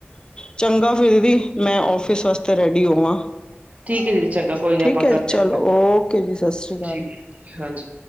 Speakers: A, on the left; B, on the right.
A: ਚੰਗਾ ਫਿਰ 'ਦੀ ਮੈਂ ਔਫਿਸ ਵਾਸਤੇ ਰੈਡੀ ਹੋਵਾਂ।
B: ਠੀਕ ਐ ਦੀਦੀ, ਚੰਗਾ ਕੋਈ ਨੀ
A: ਠੀਕ
B: ਆਪਾਂ
A: ਹੈ
B: ਕਰਦੇ
A: ਚਲੋ
B: ਆ ਗੱਲ,
A: ਓਕੇ ਜੀ ਸਤਿ ਸ਼੍ਰੀ ਅਕਾਲ
B: ਠੀਕ ਹਾਂਜੀ।